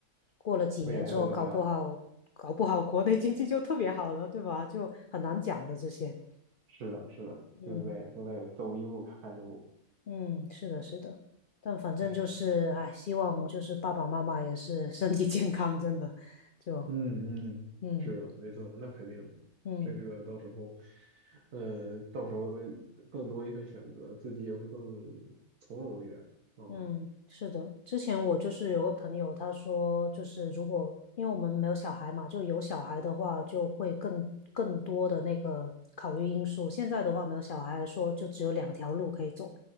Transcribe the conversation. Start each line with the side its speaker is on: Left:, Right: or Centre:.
Left: 过了几年之后，
Right: 未来会怎么样？
Left: 搞不好，搞不好国内经济就特别好了，对吧？就很难讲的这些。
Right: 是的，是的，
Left: 嗯
Right: 对不对？都在走一步看一步。
Left: 嗯，是的，是的，但反正就是，
Right: 哎，是，
Left: 哎，希望就是爸爸妈妈也是身体健康，真的，就
Right: 嗯嗯，
Left: 嗯
Right: 是的，没错，那肯定的这个到时候，
Left: 嗯。
Right: 呃，到时候更多一份选择，自己也会更从容一点。嗯
Left: 嗯，是的，之前我就是有个朋友，他说就是如果因为我们没有小孩嘛，就有小孩的话，就会更更多的那个考虑因素。现在的话，没有小孩来说，就只有两条路可以走，